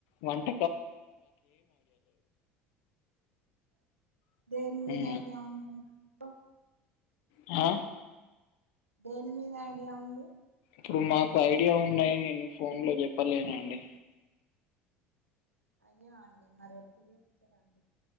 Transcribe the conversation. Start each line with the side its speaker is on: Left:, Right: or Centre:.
Left: వంట
Right: దేని మీద
Left: ఉమ్.
Right: ఐడియా ఉందండి ఇంకా
Left: ఆ
Right: దేని మీ ఐడియ ఉంది
Left: ఇప్పుడు మాకు ఐడియా ఉన్నాయి నేను ఫోన్ లో చెప్పలేను అండి
Right: అయ్యో అండి మరి ఎప్పుడు చెప్తారండి